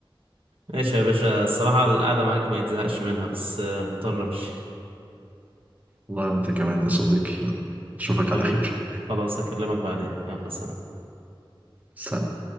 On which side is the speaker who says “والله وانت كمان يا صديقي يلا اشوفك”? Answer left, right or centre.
Right